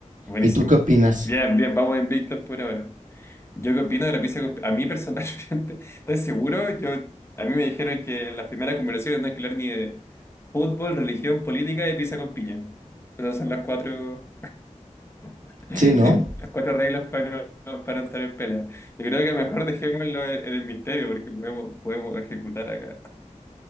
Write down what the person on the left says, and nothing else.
Buenísimo.
Bien, bien, vamos invictos por ahora. Yo qué opino de la pizza, con- a mí personalmente, <laughs> ¿estoy seguro? Yo, a mí me dijeron que en las primeras conversaciones no hay que hablar ni de fútbol, religión, política y pizza con piña. Esas son las cuatro, <laughs>
las cuatro reglas para, no- para entrar en pelea. Yo creo que mejor dejémoslo en, en el misterio porque podemos, podemos ejecutar acá.